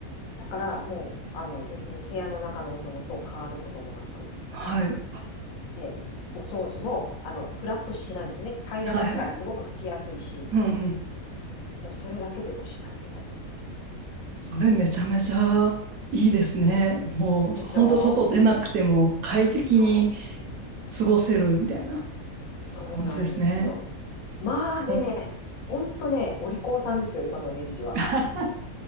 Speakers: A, on the left; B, on the right.
A: だからもう、あの、別に部屋の中の温度もそう変わることもなく、
B: はい。
A: で、お掃除も、あの、フラット式なんですね。平らだからすごく拭きやすいし、
B: はいはいはい。うんうん。
A: もうそれだけでおしまいみたいな。
B: それめちゃめちゃいいですね。
A: ね、
B: もう、
A: でしょう
B: ほんと外出なくても快適に
A: そう、
B: 過ごせるみたいな
A: そうなんですよ。
B: 感じですね。
A: まあね、
B: はい。
A: ほんとね、お利口さんですよ、今のレンジは。
B: <laughs>